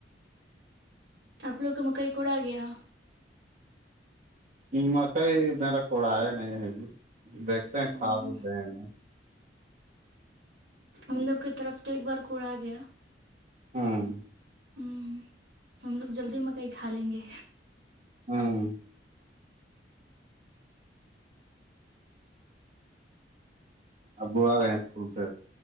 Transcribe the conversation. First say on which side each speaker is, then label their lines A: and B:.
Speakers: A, on the right; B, on the right.
A: آپ لوگ مکئی کوڑا آ گیا
B: مک میرا کوڑایا نہیں ہے ج دیکھتے ہیں
A: ہوں،
B: کھاد دے <inaudible>
A: ہم لوگ کی طرف تو ایک بار کوڑا گیا
B: ہاں
A: ہوں ہم لوگ جلدی مکئی کھا لیں گے
B: ہاں ابو آ گئے ہیں اسکول سے